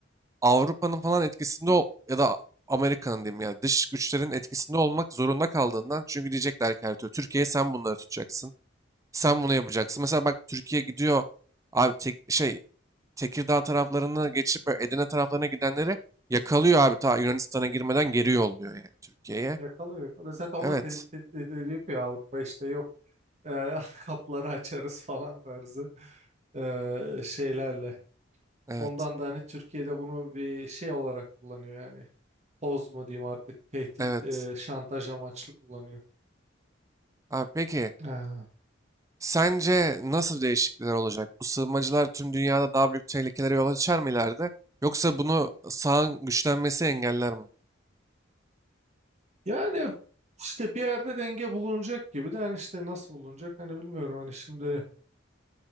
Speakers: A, on the right; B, on the right.
A: Avrupa'nın falan etkisinde ol- ya da Amerika'nın diyeyim ya dış güçlerin etkisinde olmak zorunda kaldığından çünkü diyecekler ki her türlü Türkiye sen bunları tutacaksın. Sen bunu yapacaksın. Mesela bak Türkiye gidiyor abi tek, şey Tekirdağ taraflarını geçip böyle Edirne taraflarına gidenleri yakalıyor abi ta Yunanistan'a girmeden geri yolluyor yani Türkiye'ye.
B: yakalıyor yakalıyor. Zaten onlar
A: Evet.
B: tehdit tehdit ediyor ki Avrupa işte yok. e, <laughs> kapları açarız falan tarzı e, şeylerle.
A: Evet.
B: Ondan da hani Türkiye'de bunu bir şey olarak kullanıyor yani. Poz mu diyeyim artık tehdit
A: Evet.
B: e, şantaj amaçlı kullanıyor.
A: Abi peki
B: Ha.
A: Sence nasıl değişiklikler olacak? Bu sığınmacılar tüm dünyada daha büyük tehlikelere yol açar mı ileride? Yoksa bunu sağın güçlenmesi engeller mi?
B: Yani işte bir yerde denge bulunacak gibi de hani işte nasıl bulunacak hani bilmiyorum hani şimdi